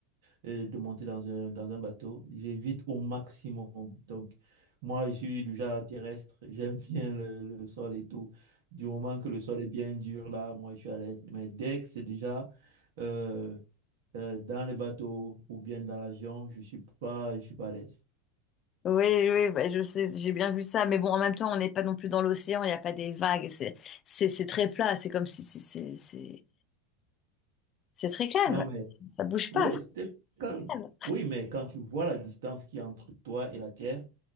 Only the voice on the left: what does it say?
Oui, oui, ouais, je sais, j'ai bien vu ça. Mais bon, en même temps, on n'est pas non plus dans l'océan, il n'y a pas des vagues. C'est, c'est, c'est très plat. C'est comme si si- c'est, c'est, c'est très calme.
Ça bouge
pas.
C'est
calme.